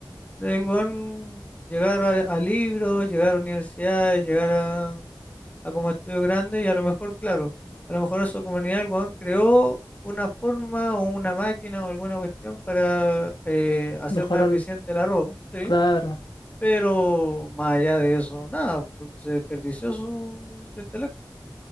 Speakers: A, on the left (about 20°); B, on the left (about 70°).
A: de el weón llegar a, a libros, llegar a universidades, llegar a, a como estudio grande, y a lo mejor, claro, a lo mejor en su comunidad el weón creó una forma o una máquina o alguna cuestión para eh, hacer
B: Mejor
A: más
B: al...
A: eficiente el arroz, ¿sí?
B: Claro.
A: Pero más allá de eso, nada, porque se desperdició su, su intelecto,